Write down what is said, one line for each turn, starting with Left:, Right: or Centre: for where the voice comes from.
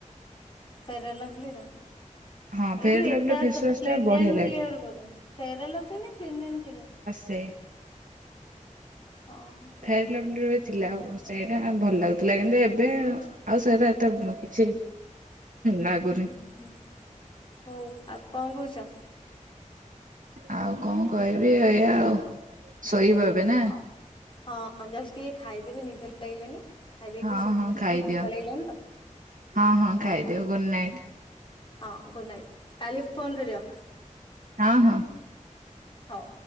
Left: ଫେରା ଲଭ୍ଲିର।
Right: ହଁ
Left: ଏଇ
Right: ଫେୟାର
Left: ଯୋଉ
Right: ଲଭଲି
Left: ଏଟା
Right: ଫେସୱାସ୍
Left: କ୍ଲିନ୍
Right: ଟା ବଢିଆ
Left: ଆଣ୍ଡ
Right: ଲାଗେ
Left: କିଲ ଅର୍ ବୋଧେ ଫେରଲଭଲି ନା କ୍ଲିନ୍ ଆଣ୍ଡ କ୍ଲିୟର।
Right: ସେ।
Left: ହଁ ହଁ।
Right: ଫେରା ଲଭ୍ଲିର ରେ ଥିଲା ଆଉ ସେଇଟା ଭଲ ଲାଗୁଥିଲା କିନ୍ତୁ ଏବେ ଆଉ ସେରା ଏତେ କିଛି ଲାଗୁନି
Left: ହୁଁ ହୁଁ ହୋଉ ଆଉ କଁ କୋଉଚ?
Right: ଆଉ କଣ କହିବି ଏଇଆ ଆଉ ଶୋଇବ ଏବେ ନା
Left: ହଁ ହଁ ଜଷ୍ଟ୍ ଟିକେ ଖାଇଦେବି ନିଦ ଲାଗିଲାଣି। ଖାଇଦେଇକି
Right: ହଁ
Left: ଟିକେ ଶୋଇ
Right: ହଁ
Left: ପଡ଼ିବୁ
Right: ଖାଇଦିଅ
Left: ଥକା ଲାଗିଲାଣି ତ।
Right: ହଁ, ହଁ,
Left: ହଉ।
Right: ଖାଇଦିଅ ଗୁଡ୍ ନାଇଟ୍।
Left: ହଁ ଗୁଡ଼୍ ନାଇଟ୍ କାଲି ଫୋନ କରିବ।
Right: ହଁ ହଁ।
Left: ହୋଉ।